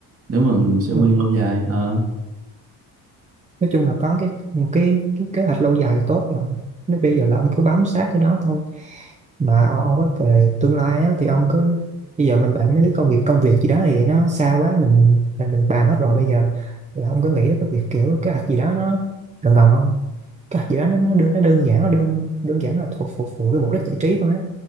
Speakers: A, on the right; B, on the right.
A: nếu mà mình sẽ quen
B: Ừ.
A: lâu dài Ờ,
B: nói chung là có cái cái cái kế hoạch lâu dài tốt rồi nếu bây giờ là ông cứ bám sát cái đó thôi mà ông ông nói về tương lai á, thì ông cứ bây giờ mình bàn mấy cái công việc công việc gì đó thì nó xa quá mình mình, mình bàn hết rồi bây giờ là ông có nghĩ đến cái việc kiểu kế hoạch gì đó nó gần gần không kế hoạch gì đó nó nó đơn nó đơn giản nó đơn đơn giản là thuộc phục vụ cái mục đích giải trí thôi á